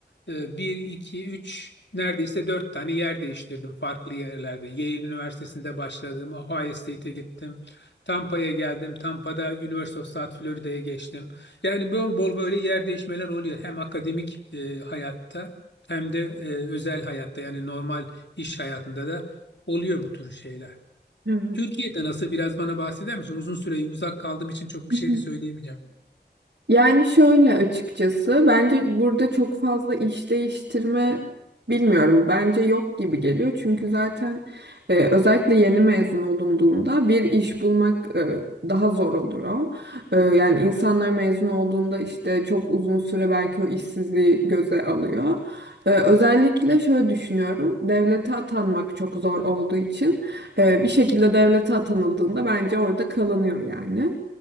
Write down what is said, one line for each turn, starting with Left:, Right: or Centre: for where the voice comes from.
Left: E, 1, 2, 3 neredeyse 4 tane yer değiştirdim farklı yerlerde. Yale Üniversitesi'nde başladım. Ohio State'e gittim. Tampa'ya geldim. Tampa'da University of South Florida'ya geçtim. Yani bol bol böyle yer değişmeler oluyor. Hem akademik e, hayatta hem de e, özel hayatta yani normal iş hayatında da oluyor bu tür şeyler.
Right: Evet.
Left: Türkiye'de nasıl biraz bana bahseder misin? Uzun süre uzak kaldığım için çok bir
Right: Hı hı.
Left: şey söyleyemeyeceğim.
Right: Yani şöyle açıkçası bence burada çok fazla iş değiştirme bilmiyorum. Bence yok gibi geliyor. Çünkü zaten e, özellikle yeni mezun olunduğunda bir iş bulmak e, daha zor oluyor. E, yani insanlar mezun olduğunda işte çok uzun süre belki o işsizliği göze alıyor. E, özellikle şöyle düşünüyorum. Devlete atanmak çok zor olduğu için e, bir şekilde devlete atanıldığında bence orada kalınıyor yani.